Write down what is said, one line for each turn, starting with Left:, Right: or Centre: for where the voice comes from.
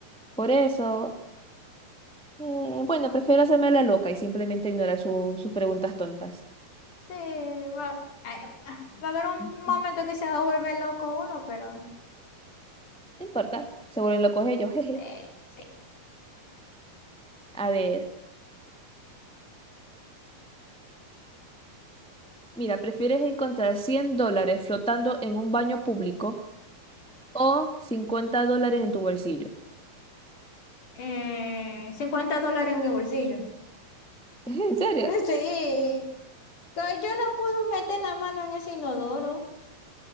Centre: por eso. Eh, bueno, prefiero hacerme la loca y simplemente ignorar su- sus preguntas tontas.
Left: Sí, va, ay, va a haber un
Centre: Ujú.
Left: momento que se va a volver loco uno, pero
Centre: No importa, se vuelven locos ellos, jeje.
Left: eh, sí.
Centre: A ver. Mira, ¿prefieres encontrar 100 dólares flotando en un baño público o cincuenta dólares en tu bolsillo?
Left: Eh, 50 dólares en mi bolsillo.
Centre: <laughs> ¿En serio?
Left: <laughs> Sí. pero Yo no puedo meter la mano en ese inodoro.